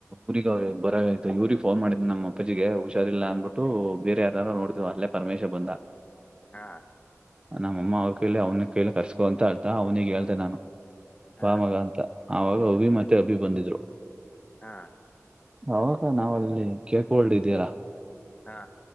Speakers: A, on the right; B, on the left.
A: ಊರಿಗೆ ಬರೋ ಆಯ್ತು ಇವಗ್ ಫೋನ್ ಮಾಡಿದ್ನಿ ನಮ್ಮ ಅಪ್ಪಾಜಿಗೆ ಹುಷಾರಿಲ್ಲ ಅಂದ್ಬಿಟ್ಟು ಬೇರೆ ಯಾರು ನೋಡ್ತೀವ ಅಲ್ಲೇ ಪರಮೇಶ ಬಂದ
B: ಹಾ
A: ನಮ್ಮಅಮ್ಮ ಅವ್ರು ಕೇಳಿ ಅವ್ನ ಕೇಳಿ ಕರ್ಸ್ಕೊ ಅಂತ ಹೇಳ್ತ ಅವ್ನಿಿಗೆ ಹೇಳ್ತೆ ನಾನು
B: ಹಾ
A: ಬಾ ಮಗ ಅಂತ ಆವಾಗ ಉಭಿಮತ್ತೆ ಅಬಿ ಬಂದಿದ್ರು
B: ಹಾ
A: ಅವಕ್ಕ ನಾವ್ ಅಲ್ಲಿ ಕೇಕ್ಲ್ಡ್ಿದ್ದೀರಾ
B: ಹಾ